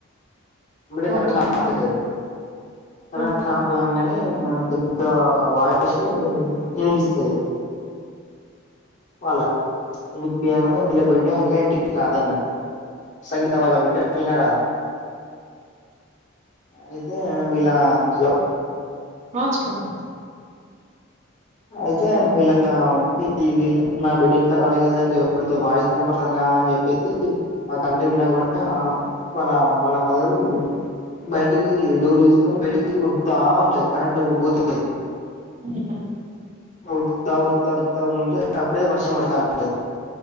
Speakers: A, on the left; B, on the right.
A: ఆ బయట కరంట్
B: ఓకే.
A: ఆఫ్ అయితది కరెంట్
B: ఓకే.
A: ఆఫ్ కాంగనే పెద్ద వాయిసు వినిపిస్తది వాళ్ళకు వినిపియ్యంగనే వాళ్ళ బిడ్డ ఇంకా ఇంటికి రాదన్నట్టు సంగీత వాళ్ళ బిడ్డ అయినా రాదు అయితే వీళ్లా హలో
B: ఆ చెప్పండి
A: ఆ అయితే వీళ్ళ వీళ్ళ నా బిడ్డింకా రాలే కదా ఇంకా ఎవరిదో వాయిస్ వినపడుతాంది గా అని చెప్పేసి ఆ ఇంటి మీద కూడా వాళ్ళ వాళ్ళ <unintelligible> బయటికీ డోర్లు తీసుకొని బయటకి ఉరుకుతా ఉంటది కరెంటు పోతది
B: ఆ
A: ఉరుకుతా ఉరుకుతా ఉరుకుతా ఉంటే అప్పుడే వర్షం పడతాంటది